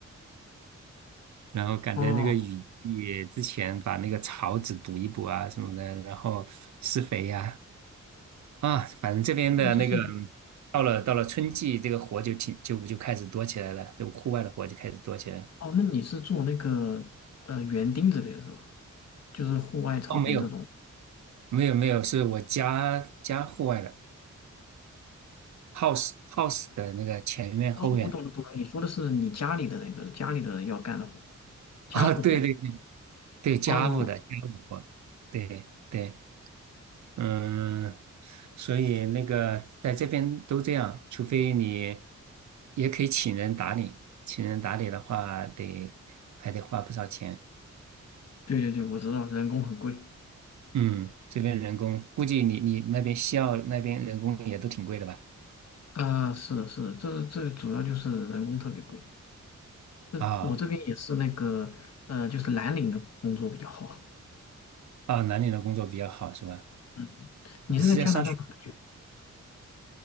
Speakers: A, on the right (about 70°); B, on the left (about 60°).
A: 然后赶在那个雨季之前把那个草籽补一补啊什么的，
B: 哦，
A: 然后施肥呀啊，反正这边的那个
B: 就是
A: 到了到了春季，这个活就挺就就开始多起来了，就户外的活就开始多起来了。
B: 哦，那你是做那个呃园丁之类的是吧？就是户外草坪这种。
A: 哦，没有没有没有，是我家家户外的 house house 的那个前院后院
B: 哦，我懂了懂了，你说的是你家里的那个家里的要干的活，家务活。
A: 啊，对对对对，家务的家务活，
B: 哦，
A: 对对。嗯，所以那个在这边都这样，除非你也可以请人打理，请人打理的话得还得花不少钱。
B: 对对对，我知道，人工很贵。
A: 嗯，这边人工估计你你那边西澳那边人工也都挺贵的吧？
B: 啊、是的，是的，这这主要就是人工特别贵。这我这边也是那个，
A: 啊
B: 呃，就是蓝领的工作比较好。
A: 啊，南宁的工作比较好是吧？
B: 嗯，你是在加拿大哪里
A: 你是在上学？